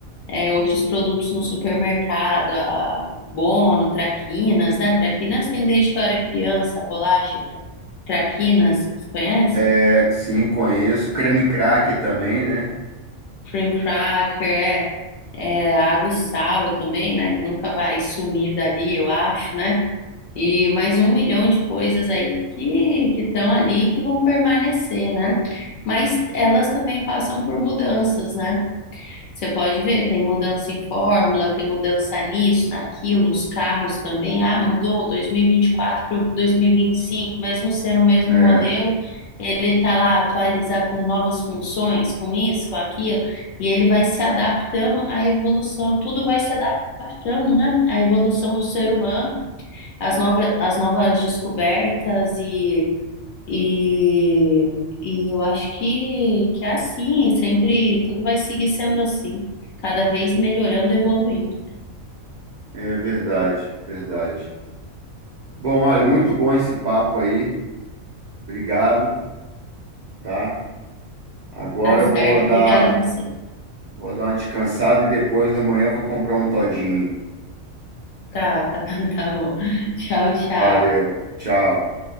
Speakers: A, on the left; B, on the right.
A: é, outros produtos no supermercado, a Bono, Traquinas, né? Traquinas tem desde que eu era criança, bolacha, tra- Traquinas, você conhece?
B: É, sim, conheço. Creme cracker também, né?
A: Cream cracker, é, é, água e sal também, né? Que nunca vai sumir dali, eu acho, né? E mais um milhão de coisas aí que que estão ali e que vão permanecer, né? Mas elas também passam por mudanças, né? Você pode ver, tem mudança em fórmula, tem mudança nisso, naquilo, os carros também. Ah, mudou dois mil e e vinte e quatro para dois mil e e vinte e cinco. mesmo sendo o mesmo
B: É,
A: modelo, ele está lá atualizar com novas funções, com isso, com aquilo, e ele vai se adaptando à evolução. Tudo vai se adaptando, né? À evolução do ser humano, às novas, às novas descobertas e e, e eu acho que, que é assim, é sempre tudo vai seguir sendo assim, cada vez melhorando, evoluindo.
B: é verdade, verdade. Bom, olha, muito bom esse papo aí. Obrigado, tá? Agora
A: Tá certo,
B: eu vou dar
A: obrigada a você.
B: Vou dar uma descansada e depois amanhã vou comprar um todinho.
A: Tá, tá, <laughs> tá bom. Tchau, tchau.
B: Valeu, tchau.